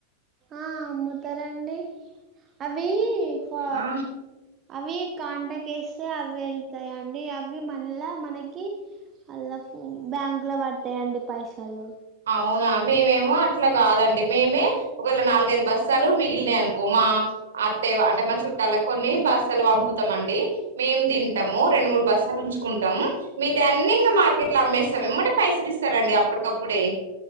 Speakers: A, on the right (about 30°); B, on the right (about 65°).
A: ఆ అమ్ముతారాండి అవి కా
B: ఆ
A: అవి కాంటక్ వేస్తే అవి వెళ్తాయి అండి అవి మళ్ళా మనకి అలా బ్యాంకు లో పడతాయండి పైసలు
B: అవునా మేమేమో అట్లా కాదండి మేమే ఒకవేళ నాలుగైదు బస్సాలు మిగిలినయ్ అనుకో మా అత్త అంటే మా చుట్టాలకు కొన్ని బస్సలు పంపుతాం అండి మేం ది ఉంటాము రెండు మూడు బస్సాలు ఉంచుకుంటాము మిత అన్ని ఇంకా మార్కెట్ లో అమ్మేస్తాం ఎమ్మటే పైసలు ఇస్తారండి అప్పటికప్పుడే